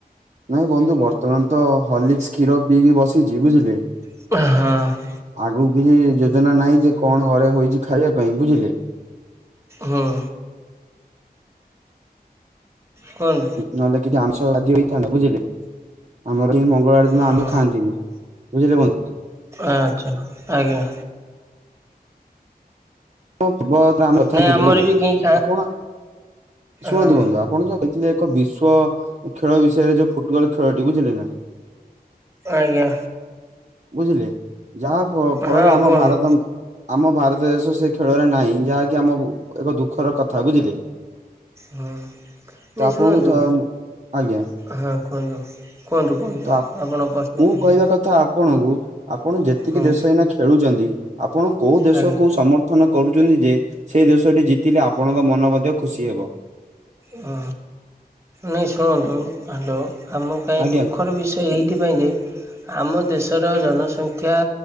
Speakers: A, on the right; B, on the right.
A: ନାଇଁ ବନ୍ଧୁ ବର୍ତ୍ତମାନ ତ ହଲିକସ କ୍ଷୀର ପିଇକି ବସିଛି ବୁଝିଲେ
B: ହଁ
A: ଆଗକୁ କିଛି ଯୋଜନା ନାହିଁ ଯେ କଣ ଘରେ ହେଇଛି ଖାଇବା ପାଇଁ ବୁଝିଲେ
B: ହଁ କଣ୍
A: ନହେଲେ କିଛି ଆମିଷଦି ହେଇଥାନ୍ତା ବୁଝିଲେ ଆମର କିଏ ମଙ୍ଗଳବାର ଦିନ
B: ହଁ
A: ଆମିଷ ଖାଆନ୍ତିନି ବୁଝିଲେ ବନ୍ଧୁ
B: ଆଚ୍ଛା ଆଜ୍ଞା
A: ଁ <unintelligible> ଥାଥିଲେିଲ
B: ନାଇଁ ଆମର ବି କେହି ଖା
A: ଆପଣ ଶୁଣନ୍ତୁ
B: ହଁ
A: ବନ୍ଧୁ ଆପଣ ଯ କହିଥିଲେ ଯ ବିଶ୍ଵ ଖେଳ ବିଷୟରେ ଯୋଉ ଫୁଟବଲ ଖେଳ ଟି ବୁଝିଲେ ନା
B: ଆଜ୍ଞା
A: ବୁଝିଲେ ଯାହା ଫଳରେ
B: ହଁ
A: ଆମ
B: କୁହନ୍ତୁ
A: ଭାରତ ଆମ ଭାରତ ଦେଶ ସେ ଖେଳରେ ନାହିଁ ଯାହାକି ଆମ ଏକ ଦୁଃଖର କଥା ବୁଝିଲେ
B: ହଁ ନାଇଁ
A: ତ ଆପଣଙ୍କୁ
B: ଶୁଣନ୍ତୁ
A: ତ ଆଉ ଆଜ୍ଞା
B: ହଁ କୁହନ୍ତୁ କୁହନ୍ତୁ କୁହନ୍ତୁ
A: ତ
B: ଆପଣ ପ୍ରଶ୍ନ
A: ମୁଁ
B: କରନ୍ତୁ
A: କହିବା କଥା ଆପଣଙ୍କୁ ଆପଣ ଯେତିକି
B: ହଁ
A: ଦେଶ ଏଇନା ଖେଳୁଛନ୍ତି ଆପଣ କୋଉ ଦେଶକୁୁ
B: ଆଜ୍ଞା
A: ସମର୍ଥନ କରୁଛନ୍ତି ଯେ ସେ ଦେଶଟି ଜିତିଲେ ଆପଣଙ୍କ ମନ ମଧ୍ୟ ଖୁସି ହେବ
B: ହ ନାଇ ଶୁଣନ୍ତୁ ହାଲ ଆମ ପାଇଁ
A: ଆଜ୍ଞା
B: ଦୁଃଖର ବିଷୟ ଏଇଥିପାଇଁ ଯେ ଆମ ଦେଶର ଜନସଂଖ୍ୟା